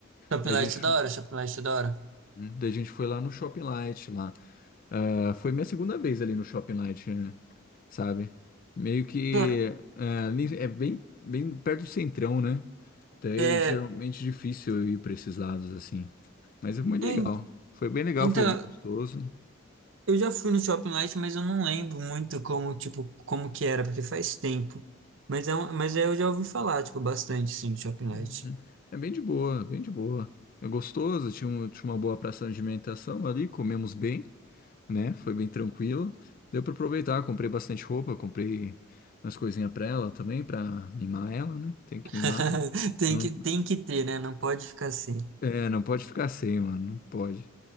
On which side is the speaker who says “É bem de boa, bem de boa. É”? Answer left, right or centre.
Left